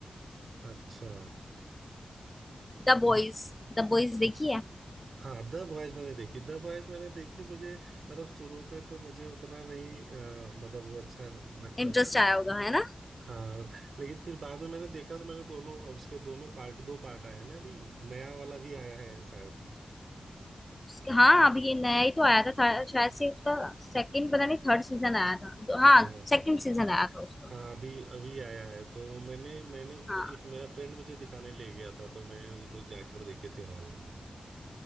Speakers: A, on the right (about 75°); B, on the left (about 25°).
A: अच्छा
B: The boys द बॉयज देखी है
A: हाँ द बॉयज मैंने देखी द बॉयज मैंने देखी मुझे मतलब शुरू में तो मुझे उतना नहीं अ, मतलब वो अच्छा लगता
B: इंटरेस्ट
A: था
B: आया होगा है ना
A: हाँ लेकिन फिर बाद में मैंने देखा तो मैंने दोनों उसके दोनों पार्ट दो पार्ट आए हैं ना अभी नया वाला भी आया है शायद
B: उसके- हाँ अभी ये नया ही तो आया था, था शायद से उसका सेकंड पता नहीं थर्ड सीजन आया था दो- हाँ
A: हाँ
B: सेकंड सीजन आया था उसका
A: हाँ अभी अभी आया है तो मैंने मैंने
B: हाँ
A: एक मेरा फ्रेंड मुझे दिखाने ले गया था तो मैं हम लोग जाकर देखे थे हॉल में